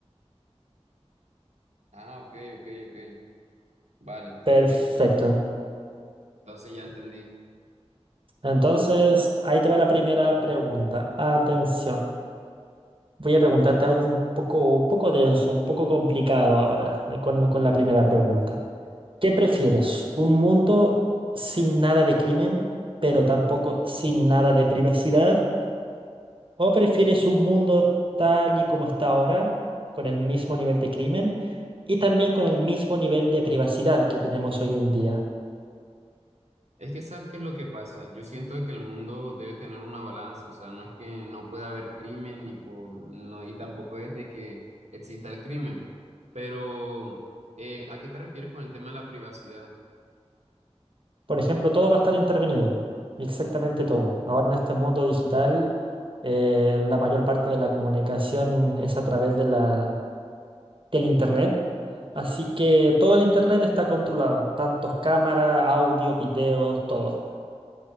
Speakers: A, on the right; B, on the right.
A: Ah, ok, ok, ok. Vale,
B: Perfecto.
A: ent- entonces ya entendí.
B: Entonces, ahí te va la primera pregunta. Atención. Voy a preguntarte algo un poco, un poco denso, un poco complicado ahora, eh, con, con la primera pregunta. ¿Qué prefieres? ¿Un mundo sin nada de crimen, pero tampoco sin nada de privacidad? ¿O prefieres un mundo tal y como está ahora, con el mismo nivel de crimen y también con el mismo nivel de privacidad que tenemos hoy en día?
A: Es que sabes qué es lo que pasa. Yo siento de que el mundo debe tener una balanza, o sea, no es que no pueda haber crimen ni po- no, y tampoco es de que exista el crimen. Pero, eh, ¿a qué te refieres con el tema de la privacidad?
B: Por ejemplo, todo va a estar intervenido, exactamente todo. Ahora en este mundo digital, eh, la mayor parte de la comunicación es a través de la, del Internet. Así que todo el Internet está controlado, tantos cámaras, audio, videos, todo.